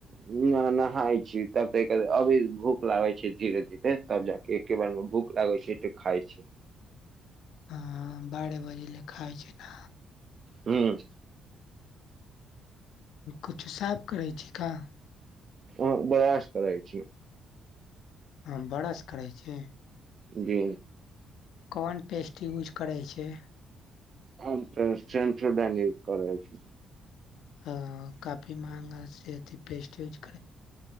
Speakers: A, on the right; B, on the left.
A: न नहाय छी तब तऽ अभी भूख लागे छै धीरे धीरे तब जाके एके बारमे भूख भूख लागै छै तऽ खाय छै
B: हँ बारह बजे ले खाइ छै ना
A: हूँ
B: कुछु साफ करै छी का
A: हँ ब्रश करै छी
B: हँ ब्रश करै छी
A: जी
B: कोन पेस्ट यूज करै छै
A: हम तऽ सेंसोडाइन यूज करै छी
B: हँ काफी महंगा से अथी पेस्टेज